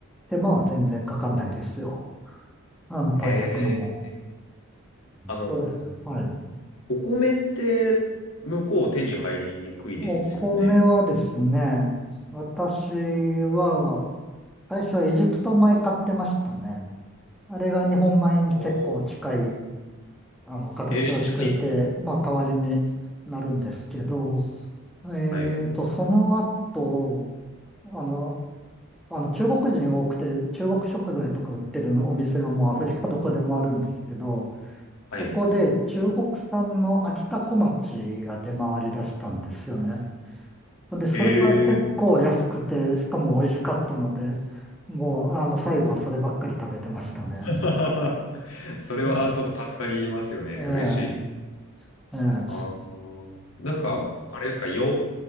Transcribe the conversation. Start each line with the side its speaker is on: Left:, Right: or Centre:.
Centre: 手間は全然かかんないですよ。あの、パン焼くのも。
Left: へーあの、
Centre: それ、はい。
Left: お米って向こう手に入りにくいですよね。
Centre: お米はですね、私は、最初はエジプト米買ってましたね。あれが日本米に結構近い、
Left: おー
Centre: あの、形をしていて、
Left: えー、近いんですね。
Centre: まあ、代わりになるんですけど、えーと、
Left: はい。
Centre: その後、あの、あの、中国人多くて、中国食材とか売ってるお店はもうアフリカどこでもあるんですけど、
Left: はい。
Centre: そこで中国産の秋田小町が出回り出したんですよね。で、それは結構安くて、
Left: へえ。
Centre: しかも美味しかったので、もう、あの、最後はそればっかり食べてましたね。
Left: <laughs> それはちょっと助かりますよね。
Centre: うん。え
Left: 嬉しい。
Centre: え、え
Left: あーなんか、
Centre: え。うん。
Left: あれですか、洋、